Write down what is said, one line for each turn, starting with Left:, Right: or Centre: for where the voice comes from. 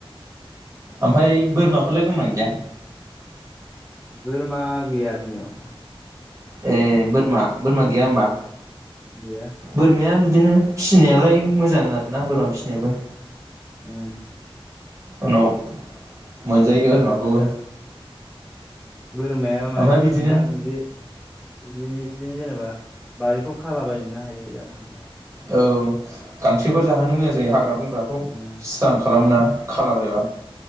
Right: ओमफ्राय बोरमाफोरलाय दंना गैया?
Centre: बोरमा गैया जोंनियाव।
Right: ए बोरमा बोरमा गैया होमबा?
Centre: गैया
Right: बोरमाया बि दिनो फिसिनायालाय मोजां आरो ना बोरमा फिनायाबो।
Centre: ओम।
Right: उनाव मोनजायो बोरमाखौबो
Centre: बोरमाया माने
Right: ओमफ्राय बिदिनो
Centre: दा बे बि दिनो जेनेबा बारिफ्राव खालाबायनोनो हायो जानला मोनला
Right: औ गांसोफोर जाहोनो मोजां जायो हा ग्रा बंग्राखौ
Centre: उम
Right: स्रां खालाम
Centre: उम
Right: ना खालाबायबा।